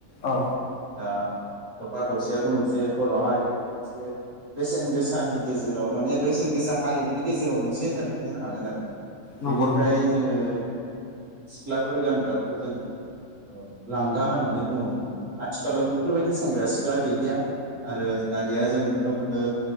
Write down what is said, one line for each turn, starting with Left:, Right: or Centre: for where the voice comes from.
Left: औ
Right: दा दख'ना थावसियाथ' मोनसे बर' हारि मोनसे बेसेन गोसानि गेजेराव माने बेसेन गोसा हारिमुनि गेजेराव मोनसे होननानै बुंनो हागोन आरो ना
Left: नंगौ
Right: बेनिफ्राय
Left: नंगौ
Right: जोङो सिख्लाफोर गानग्राखौ जोङो लांगा होननानै बुङो आथिखालाव बेफोरबायदि सेंग्रा सिख्ला गैलिया आरो दानिया जों नुनो मोनो